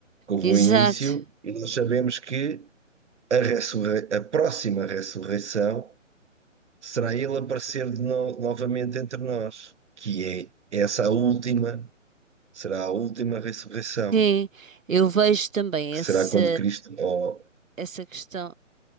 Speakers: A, on the right; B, on the right.
A: houve
B: exato,
A: um início e nós sabemos que a, ressurrei- a próxima ressurreição será ele aparecer de no- novamente entre nós, que é essa a última, será a última ressurreição,
B: sim, eu vejo também
A: que
B: essa,
A: será quando Cristo. Oh,
B: essa questão